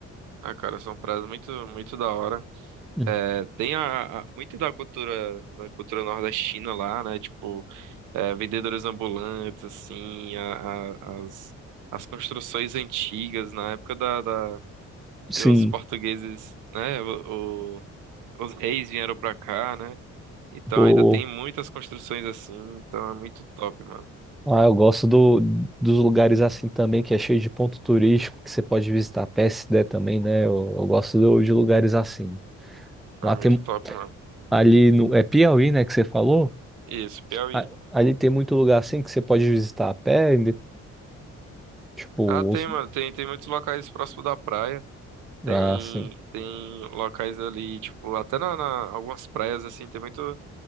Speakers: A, on the right; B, in the centre.
A: Ah, cara, são praias muito, muito da hora.
B: Hum,
A: É, tem a, a- muito da cultura, da cultura nordestina lá, né? Tipo, é, vendedores ambulantes, assim, a- a- as, as construções antigas na época da, da-
B: Sim.
A: que os portugueses, né? o- o- os reis vieram pra cá, né? Então
B: O,
A: ainda tem muitas construções assim, então é muito top, mano.
B: ah, eu gosto do, dos lugares assim também, que é cheio de ponto turístico, que você pode visitar a pé se der também, né? Eu, eu gosto do- de lugares assim. Lá
A: É muito
B: tem
A: top, mano.
B: ali no, é Piauí, né, que você falou?
A: Isso, Piauí.
B: a- ali tem muito lugar assim que você pode visitar a pé, e tipo,
A: Ah, tem,
B: os-
A: mano. Tem, tem muitos locais próximo da praia. Tem,
B: ah, assim.
A: tem locais ali, tipo, até na, na- algumas praias, assim, tem muito,